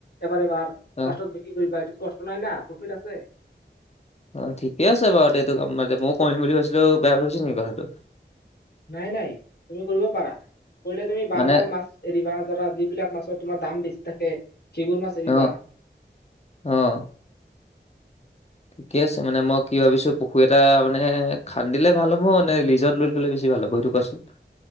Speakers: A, on the left; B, on the left.
A: এবাৰ এবাৰ।
B: অ
A: লাষ্টত বিক্ৰী কৰিবা, এইটোত কষ্ট নাই না, প্ৰফিট আছে।
B: অ' ঠিকে আছে বাৰু দে এইটো কাম, মানে মই কৰিম বুলি ভাবছিলো, বেয়া ভাবিছে নেকি কথাটো?
A: নাই নাই তুমি কৰিব পাৰা, কৰিলে তুমি ভাল
B: মানে
A: ভাল মাছ এৰিবা ধৰা যিবিলাক মাছৰ তোমাৰ দাম বেছি থাকে সেইবোৰ মাছ এৰিবা।
B: অ অ'। ঠিকে আছে মানে মই কি ভাবিছোঁ পুখুৰী এটা মানে খান্দিলে ভাল হ'ব নে লিজত লৈ ল'লে বেছি ভাল হ'ব? বৈটো কোৱাচোন।